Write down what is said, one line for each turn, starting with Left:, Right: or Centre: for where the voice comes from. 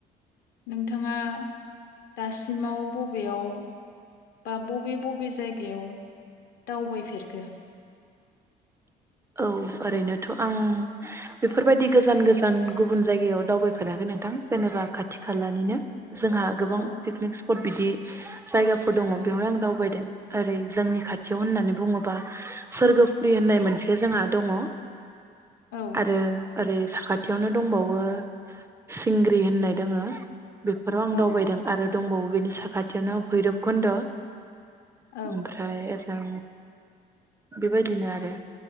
Left: नोंथाङा दासिमाव ब बेयाव बा बबे बबे जायगायाव दावबायफेरखो?
Right: औ ओरैनोथ' आं बेफोरबायदि गोजान गोजान गुबुन जायगायाव दावबायफेराखै नोंथां, जेनेबा खाथि खालानिनो जोंहा गोबां
Left: औ
Right: पिकनिक स्प'ट बिदि जायगाफोर दङ बेवहाय आं दावबायदों, ओरै जोंनि खाथियाव होननानै बुङोबा सोरगोफुरि होननाय मोनसे जोंहा दङ।
Left: औ
Right: आरो ओरै साखाथियावनो दंबावो, सिंग्रि होननाय दोङो। बेफोराव आं
Left: औ
Right: दावबायदों आरो दंबावो बेनि साखाथियावनो भैरब खुन्द'।
Left: औ
Right: ओमफ्राय ओज जों बेबायदिनो आरो